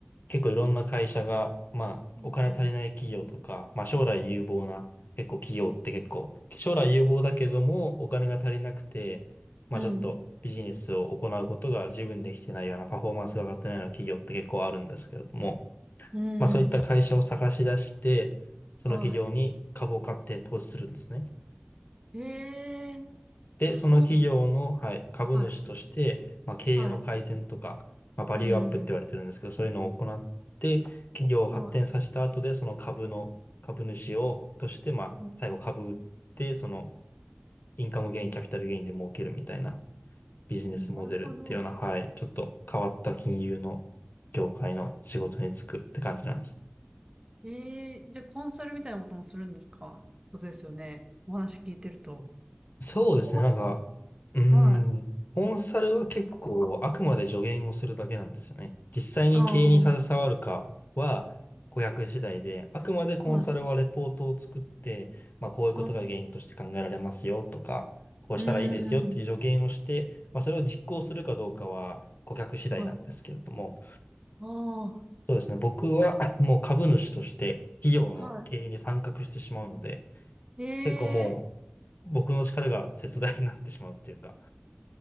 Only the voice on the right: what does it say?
うん、
うん、
うん、
うん、
うん
はい。ええ
あ、
そうな
のはい、
はい。
うん、
うん、は
い、は
い。なるほど。
ええじゃあコンサルみたいなこともするんですかそうですよね。お話聞いてると。
そこまで。
はい。
ああ、は
い。
あ、う
ーん。
はい。ああ、
はい。
ええ